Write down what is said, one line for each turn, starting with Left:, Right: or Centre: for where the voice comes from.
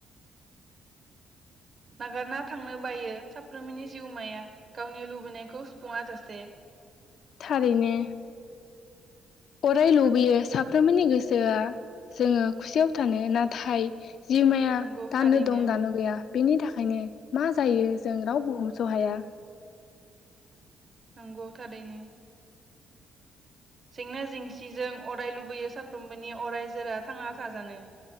Right: नागारना थांनो बायो साफ्रोमनि जिउमाया गावनि लुबैनायखौ सुफुङा जासे।
Left: थारैनो अराय लुबैयो साफ्रोमबोनि गोसोआ जोङो खुसियाव थानो नाथाय। जिमाया
Right: नंगौ
Left: दानो
Right: थारैनो
Left: दं दानो गैया। बेनि थाखायनो मा जायो जों रावबो हमस' हाया।
Right: नंगौ थारैनो। जेंना जेंसिजों अराय लुबैयो साफ्रोमबोनि अरायजोरा थांना थाजानो।